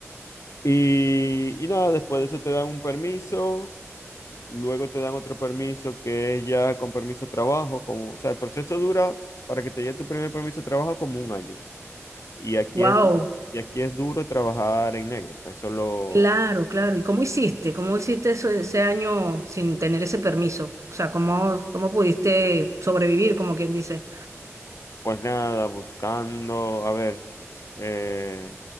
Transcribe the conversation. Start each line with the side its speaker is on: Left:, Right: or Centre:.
Left: Y, y nada, después de eso te dan un permiso Luego te dan otro permiso que es ya con permiso de trabajo, como, o sea, el proceso dura para que te llegue tu primer permiso de trabajo como un año. Y aquí
Right: wow.
Left: es, y aquí es duro trabajar en negro, pues solo,
Right: Claro, claro. ¿Y cómo hiciste? ¿Cómo hiciste eso, ese año sin tener ese permiso? O sea, ¿cómo, cómo pudiste sobrevivir, como quien dice?
Left: pues nada, buscando, a ver, eh,